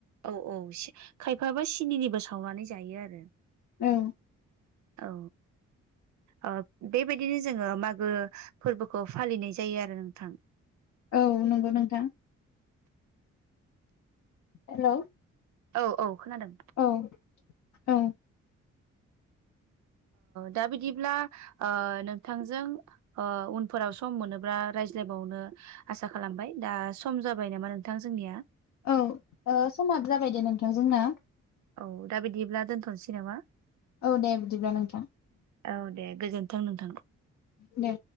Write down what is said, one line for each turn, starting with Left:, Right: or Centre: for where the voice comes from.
Right: औ औ खायफाबो सिनिनिबो सावनानै जायो आरो
Left: औ।
Right: औ ओ बेबायदि जोंङो मागो फोरबोखौ फालिनाय जायो आरो नोंथां
Left: औ नंगौ नोंथां हेलौ
Right: औ औ खोनादों
Left: औ औ
Right: दा बिदिब्ला नोंथांजों उनफोराव सम मोनोब्ला रायज्लायबावनो आसा खालामबाय दा सम जाबाय नामा नोंथां जोंनिया
Left: औ समाबो जाबाय दे नोंथां जोंना
Right: औ दा बिदिब्ला दोनथ'नोसै नामा?
Left: औ दे बिदिब्ला नोंथां
Right: औ दे गोजोन्थों नोंथां
Left: दे